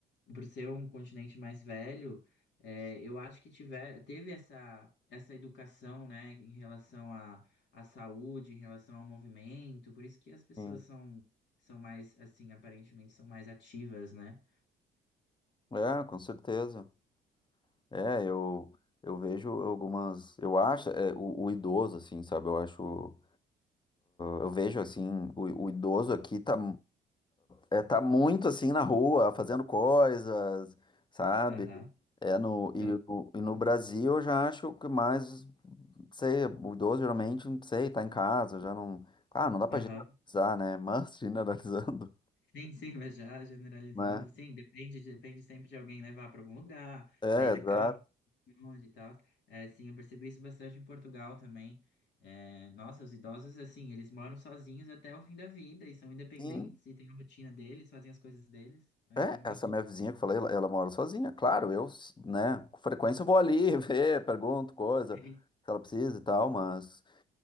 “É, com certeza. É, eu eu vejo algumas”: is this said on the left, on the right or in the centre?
Left